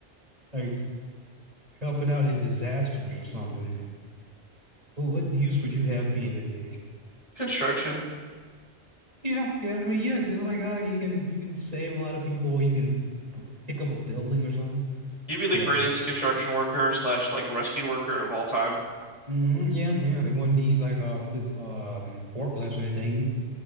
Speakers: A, on the right; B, on the left.
A: like helping out in disasters or something. Well, what use would you have being that big?
B: Construction.
A: Yeah, yeah. I mean, yeah, they're like, oh, you can you can save a lot of people, or you can p- pick up a building or something.
B: You'd be the
A: But
B: greatest construction worker slash like rescue worker of all time.
A: mhm, yeah, yeah, they wouldn't need like um big um forklifts or anything.